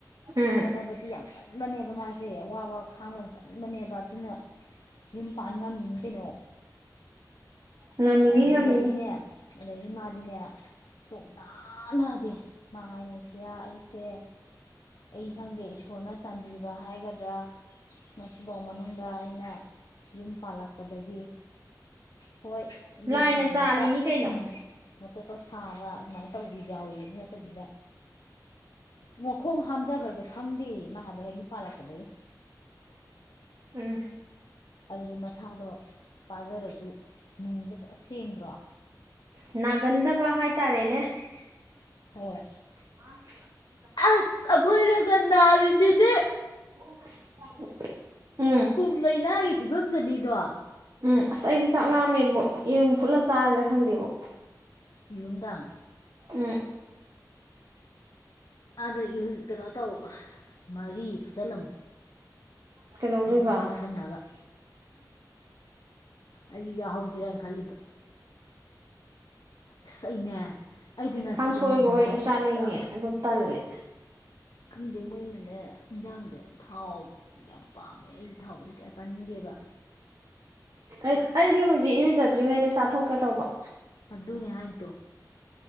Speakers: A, on the right; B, on the left.
A: ꯎꯝ
B: ꯍꯣꯠꯅꯕꯗꯤ ꯌꯥꯝ ꯀꯟꯕꯅꯦꯕ ꯃꯥꯁꯦ ꯑꯋꯥꯕ ꯈꯥꯡꯕ ꯌꯥꯝ ꯀꯟꯕꯅꯦꯕ ꯑꯗꯨꯅ ꯌꯨꯝ ꯄꯥꯟ ꯉꯝꯃꯤꯅꯤ ꯀꯩꯅꯣ
A: ꯉꯝꯃꯤꯅꯤ
B: ꯀꯥꯏꯗꯒꯤ
A: ꯉꯝꯃꯤꯅꯤ
B: ꯑꯗꯩꯗꯤꯅꯦ ꯑꯗꯩꯗꯤ ꯃꯥꯗꯤꯅꯦ ꯁꯨ ꯅꯥ ꯅꯥꯗꯦ ꯃꯥ ꯍꯥꯏꯅꯤ ꯁꯤꯌꯥ ꯑꯩꯁꯦ ꯑꯩ ꯈꯪꯗꯦ ꯏꯁꯣꯔꯅ ꯆꯥꯟꯕꯤꯕ ꯍꯥꯏꯒꯗ꯭ꯔꯥ ꯉꯁꯤꯐꯥꯎ ꯃꯅꯨꯡꯗ ꯑꯩꯅ ꯌꯨꯝ ꯄꯥꯜꯂꯛꯄꯗꯒꯤ ꯍꯣꯏ
A: ꯂꯥꯏꯅ
B: ꯂꯣꯛꯅ ꯉꯥꯏꯍꯥꯛꯀ
A: ꯆꯥꯜꯂꯤꯅꯤ ꯀꯩꯅꯣ
B: ꯎꯝ ꯃꯀꯣꯛꯀ ꯁꯥꯕ ꯑꯗꯨꯃꯥꯏꯅ ꯇꯧꯕ ꯌꯥꯎꯋꯦ ꯑꯗꯨ ꯅꯠꯇꯕꯤꯗ ꯃꯈꯣꯡ ꯍꯥꯝꯊꯕꯁꯦ ꯈꯪꯗꯦ ꯃꯥ ꯍꯥꯏꯕ ꯍꯦꯛ ꯌꯨꯝ ꯄꯥꯜꯂꯛꯄꯗꯒꯤ
A: ꯎꯝ꯫
B: ꯑꯗꯨꯗꯤ ꯃꯁꯥꯗꯣ ꯄꯥꯖꯔꯁꯨ ꯅꯨꯡꯗ ꯐ ꯁꯦꯡꯗ꯭ꯔꯣ
A: ꯅꯥꯒꯟꯗꯕ
B: ꯅꯒꯥꯟꯗꯕ
A: ꯍꯥꯏꯇꯥꯔꯦꯅꯦ
B: ꯍꯥꯏꯇꯔꯦꯅꯦ ꯍꯣꯏ
A: ꯃꯥꯅ ꯈꯤꯏꯇꯪ
B: ꯑꯁ ꯑꯩꯈꯣꯏꯅꯒ ꯅꯥꯔꯤꯁꯤꯗꯤ
A: <inaudible> ꯎꯝ꯫
B: ꯀꯨꯝ ꯂꯩꯅꯥꯒꯤ ꯐꯤꯕꯝꯗꯨꯅꯤꯗꯣ
A: ꯎꯝ ꯑꯁ ꯑꯩꯗꯤ ꯆꯥꯛ ꯂꯥꯝꯃꯦꯕꯣ ꯌꯦꯔꯨꯝ ꯄꯨꯠꯂ ꯆꯥꯔꯁꯤꯔꯥ ꯈꯪꯗꯦꯕꯨ
B: ꯌꯦꯔꯨꯝꯗꯥꯡ
A: ꯎꯝ
B: ꯑꯥꯗ ꯏꯔꯨ ꯀꯩꯅꯣ ꯇꯧ ꯃꯔꯤ ꯐꯨꯆꯜꯂꯝꯃꯨ
A: ꯀꯩꯗꯧꯗꯣꯏꯕ
B: ꯑꯩꯁꯨ ꯌꯥꯎꯁꯟꯅꯕ ꯑꯩꯁꯨ ꯌꯥꯍꯧꯁꯤꯔꯥꯅ ꯈꯜꯂꯤꯕ ꯑꯁ ꯑꯩꯅꯦ ꯑꯩꯗꯤ ꯉꯁꯤꯁꯦ
A: ꯀꯥꯡꯁꯣꯏꯒ
B: ꯅꯨꯡꯊꯤꯟꯗ
A: ꯑꯣꯏꯔꯗꯤ
B: ꯐꯖꯅ
A: ꯆꯥꯅꯤꯡꯉꯦ ꯑꯗꯨ
B: ꯎꯝ
A: ꯇꯜꯂꯦ
B: ꯈꯪꯗꯦ ꯃꯣꯏꯅꯅꯦ ꯏꯟꯖꯥꯡꯗ ꯊꯥꯎ ꯌꯥꯝ ꯄꯥꯝꯃꯦ ꯑꯩꯒꯤ ꯊꯥꯎꯁꯦ ꯀꯌꯥ ꯆꯥꯅꯤꯡꯗꯦꯕ
A: ꯑꯩ ꯑꯩꯗꯤ ꯍꯧꯖꯤꯛ ꯏꯔꯨꯖꯗ꯭ꯔꯤꯉꯩꯗ ꯆꯥꯊꯣꯛꯀꯦ ꯇꯧꯕ
B: ꯑꯗꯨꯅꯦ ꯍꯥꯏꯗꯣ